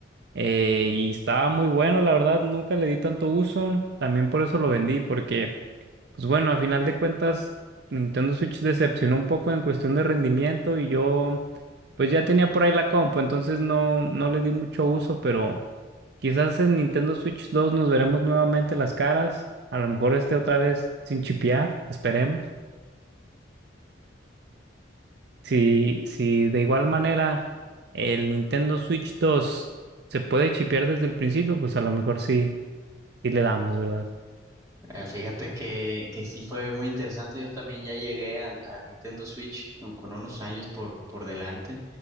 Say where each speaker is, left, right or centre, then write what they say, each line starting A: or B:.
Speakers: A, on the right; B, on the right.
A: Eh, y estaba muy bueno, la verdad, nunca le di tanto uso. También por eso lo vendí, porque, pues bueno, a final de cuentas, Nintendo Switch decepcionó un poco en cuestión de rendimiento y yo, pues ya tenía por ahí la compu, entonces no, no le di mucho uso, pero quizás en Nintendo Switch dos nos veremos nuevamente las caras. A lo mejor esté otra vez sin chipear, esperemos. Si, si de igual manera el Nintendo Switch 2 se puede chipear desde el principio, pues a lo mejor sí. Y le damos, ¿verdad?
B: Eh, fíjate que, que sí fue muy interesante. Yo también ya llegué al, al Nintendo Switch con, con unos años por, por delante.